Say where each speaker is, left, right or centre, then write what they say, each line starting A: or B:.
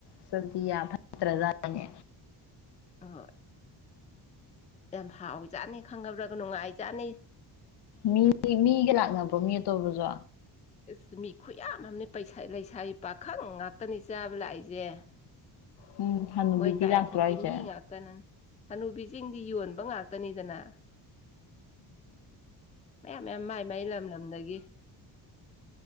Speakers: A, on the left; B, on the left.
A: <unintelligible> ꯌꯥ ꯐꯠꯇ꯭ꯔ ꯖꯥꯠꯅꯤ
B: ꯑꯥꯍꯣꯏ ꯌꯥꯝ ꯍꯥꯎꯖꯥꯠꯅꯤ ꯈꯪꯉꯕ꯭ꯔꯒ ꯅꯨꯡꯉꯥꯏꯖꯥꯠꯅꯤ
A: ꯃꯤ ꯃꯤꯒ ꯂꯥꯛꯅꯕ꯭ꯔꯣ ꯃꯤ ꯑꯇꫭꯞꯕꯖꯨ
B: ꯑꯁ ꯃꯤ ꯈꯨꯌꯥꯝ ꯑꯃꯅꯤ ꯄꯩꯁꯥꯏ ꯂꯩꯁꯥꯏ ꯄꯥꯈꯪ ꯉꯥꯛꯇꯅꯤ ꯆꯥꯕ ꯂꯥꯛꯏꯁꯦ
A: ꯎꯝ ꯍꯅꯨꯕꯤꯗꯤ
B: ꯃꯣꯏ ꯀꯥꯏꯟꯈꯣꯀꯤ
A: ꯂꯥꯛꯇ꯭ꯔꯣ ꯍꯥꯏꯁꯦ
B: ꯃꯤ ꯀꯅꯥꯟ ꯍꯅꯨꯕꯤꯁꯤꯡꯗꯤ ꯌꯣꯟꯕ ꯉꯥꯛꯇꯅꯤꯗꯅ ꯃꯌꯥꯝ ꯃꯌꯥꯝ ꯃꯥꯏ ꯃꯥꯏ ꯂꯝ ꯂꯝꯗꯒꯤ